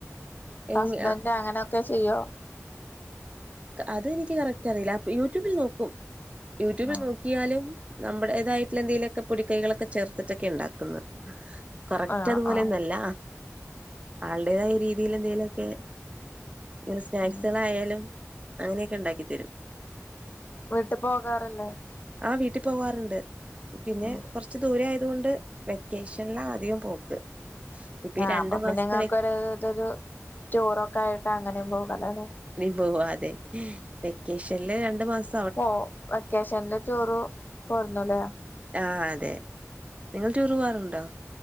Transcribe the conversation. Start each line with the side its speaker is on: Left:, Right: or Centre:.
Left: ഹസ്ബന്റ്
Right: എങ്ങ
Left: അങ്ങനെയൊക്കെ ചെയ്യോ
Right: അത് എനിക്ക് കറക്റ്റ് അറിയില്ല അപ്പൊ യൂറ്റൂബിൽ നോക്കും യൂറ്റൂബിൽ
Left: ആഹ്
Right: നോക്കിയാല് നമ്മുടേതായിട്ട്ള്ള എന്തേലൊക്കെ പൊടിക്കൈകളൊക്കെ ചേർത്തിട്ടൊക്കെ ഉണ്ടാക്കുന്നത് കറക്റ്റ്
Left: ആഹ്
Right: അതുപോലെന്നല്ല
Left: ആഹ്
Right: ആള്ടേതായ രീതിയില് എന്തേലൊക്കെ ഇങ്ങനെ സ്നാക്സുകളായാലും
Left: ഉം
Right: അങ്ങനെയൊക്കെ ണ്ടാക്കിത്തരും
Left: വീട്ട് പോകാറ്ല്ലേ
Right: ആ വീട്ടി പോവാറ്ണ്ട് പിന്നെ
Left: ഉം
Right: കൊർച്ച് ദൂരെ ആയത് കൊണ്ട് വെക്കേഷനിലാ അധികം പോക്ക് ഇപ്പൊ
Left: ആ
Right: ഈ രണ്ടു
Left: അപ്പൊ പിന്നെ
Right: മാസത്തെ
Left: ഇങ്ങക്കൊര്
Right: വെ
Left: തൊരു റ്റൂറൊക്കെ ആയിട്ട് അങ്ങനേം പോകാല്ലോ ലേ
Right: പോവാലെ വെക്കേഷൻല് രണ്ട് മാസ്
Left: പോ വെക്കേഷൻല് ടൂറ് പോര്ന്നു ലേ
Right: ആ അതെ നിങ്ങൾ റ്റൂറു പോവാറുണ്ടോ